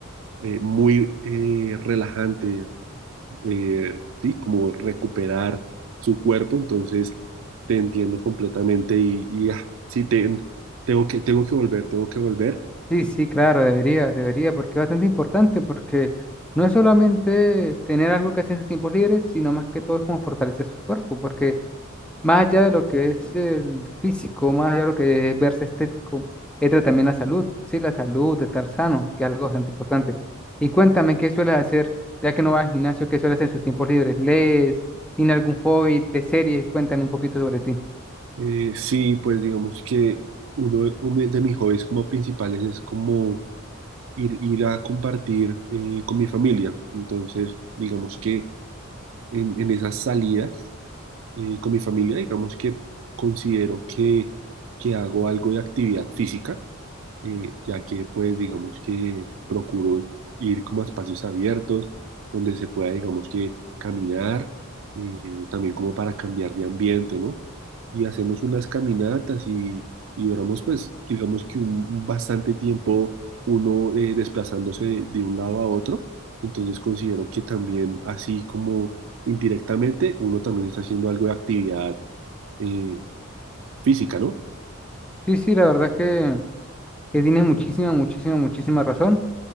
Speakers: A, on the right; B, in the centre.
A: eh, muy eh, relajante, eh, ¿sí? Como recuperar su cuerpo, entonces te entiendo completamente y, y, ah, sí, ten- tengo que, tengo que volver, tengo que volver.
B: Sí, sí, claro, debería, debería, porque es bastante importante, porque no es solamente tener algo que hacer en sus tiempos libres, sino más que todo es como fortalecer su cuerpo, porque Más allá de lo que es el físico, más allá de lo que es verse estético, entra también la salud, sí, la salud, de estar sano, que es algo bastante importante. Y cuéntame, ¿qué sueles hacer, ya que no vas al gimnasio, qué sueles hacer en sus tiempos libres? ¿Lees? tiene algún hobby de series? Cuéntame un poquito sobre ti.
A: Eh, sí, pues digamos que uno, de uno de mis hobbies como principales es como ir, ir a compartir eh, con mi familia, entonces digamos que en en esas salidas eh, con mi familia, digamos que considero que, que hago algo de actividad física eh, ya que pues digamos que procuro ir como a espacios abiertos donde se pueda digamos que caminar, eh, también como para cambiar de ambiente, ¿no? Y hacemos unas caminatas y, y duramos pues digamos que un, un bastante tiempo uno eh, desplazándose de, de un lado a otro, entonces considero que también así como indirectamente uno también está haciendo algo de actividad eh, física, ¿no?
B: Sí, sí, la verdad que, que tienes muchísima, muchísima, muchísima razón,